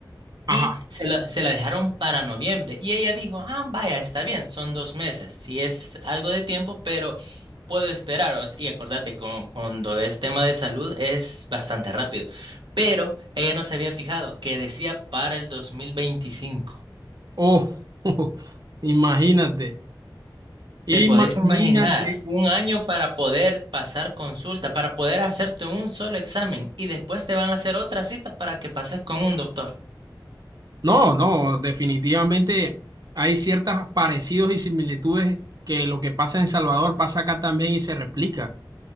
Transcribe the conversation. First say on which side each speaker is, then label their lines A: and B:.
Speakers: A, on the right; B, on the right.
A: Ajá.
B: Y se la, se la dejaron para noviembre. Y ella dijo, ah, vaya, está bien, son dos meses, sí es algo de tiempo, pero puedo esperaros. Y acordate, con- cuando es tema de salud es bastante rápido. Pero ella no se había fijado que decía para el 2025.
A: Oh, <laughs> imagínate,
B: ¿Te
A: imagínate
B: podés imaginar un año para poder pasar consulta, para poder hacerte un solo examen y después te van a hacer otra cita para que pases con un doctor?
A: No, no, definitivamente hay ciertos parecidos y similitudes que lo que pasa en Salvador pasa acá también y se replica.